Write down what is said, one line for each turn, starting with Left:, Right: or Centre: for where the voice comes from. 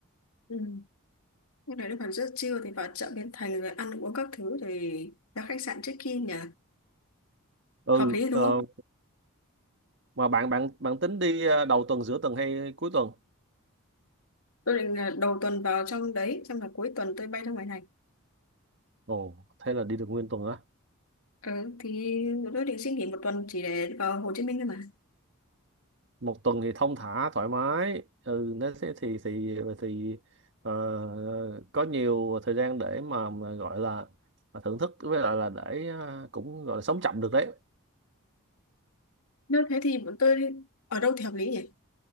Left: Ừ. Ừ. Lúc đấy nó còn rất chill thì vào chợ Bến Thành rồi ăn uống các thứ thì ra khách sạn check in nhỉ?
Right: ừ
Left: Hợp lý đúng
Right: ờ,
Left: không?
Right: mà bạn bạn bạn tính đi ờ, đầu tuần giữa tuần hay cuối tuần
Left: Tôi định là đầu tuần vào trong đấy xong là cuối tuần tôi bay ra ngoài này.
Right: ồ thế là đi được nguyên tuần á
Left: Ừ, thì tôi định xin nghỉ một tuần chỉ để vào Hồ Chí Minh thôi mà.
Right: một tuần thì thong thả thoải mái ừ nếu thế thì thì thì ờ, có nhiều thời gian để mà, mà gọi là thưởng thức với lại là để ờ, cũng gọi là sống chậm được đấy
Left: Nếu thế thì bọn tôi ở đâu thì hợp lý nhỉ?